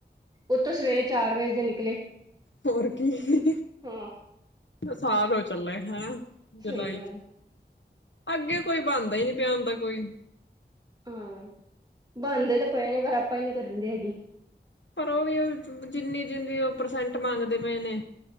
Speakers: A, on the right; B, on the left.
A: ਉਤੋਂ ਸਵੇਰੇ ਚਾਰ ਵਜੇ ਦੇ ਨਿਕਲੇ।
B: ਹੋਰ ਕੀ
A: ਹਾਂ
B: ਸਾਲ ਹੋ ਚੱਲਾ ਹੈ। ਜੁਲਾਈ
A: ਸਹੀ ਗੱਲ
B: ਅੱਗੇ ਕੋਈ ਬਣਦਾ ਹੀ ਨੀ ਪਿਆ ਹੁਣ ਤਾਂ ਕੋਈ।
A: ਹਾਂ, ਬਣਦੇ ਤਾਂ ਪਏ ਨੇ ਪਰ ਆਪਾਂ ਹੀ ਨੀ ਕਰਨ ਦੇ ਹੈਗੇ।
B: ਪਰ ਓ ਵੀ ਜਿੰਨੀ ਜਿੰਨੀ ਉਹ ਪਰਸੈਂਟ ਮੰਗਦੇ ਪਏ ਨੇ